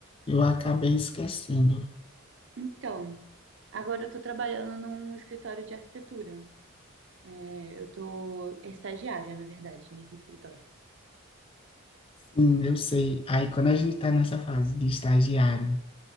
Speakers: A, on the left; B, on the right.
A: eu acabei esquecendo.
B: Então, agora eu tô trabalhando num escritório de arquitetura. É, eu tô estagiária, na verdade, nesse escritório.
A: Sim, eu sei. Aí quando a gente tá nessa fase de estagiário,